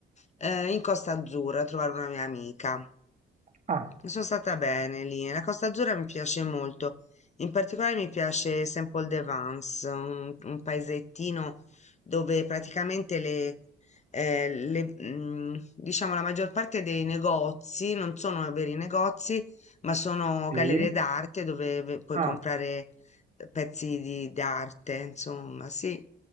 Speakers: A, on the left; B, on the right.
A: eh, in Costa Azzurra a trovare una mia amica.
B: Ah,
A: Sono stata bene lì, la Costa Azzurra mi piace molto, in particolare mi piace Saint-Paul-de-Vence, un un paesettino dove praticamente le, eh, le, mm, diciamo la maggior parte dei negozi non sono veri negozi, ma sono
B: sì.
A: gallerie d'arte dove ve- puoi
B: Ah.
A: comprare eh, pezzi di d'arte, insomma, sì,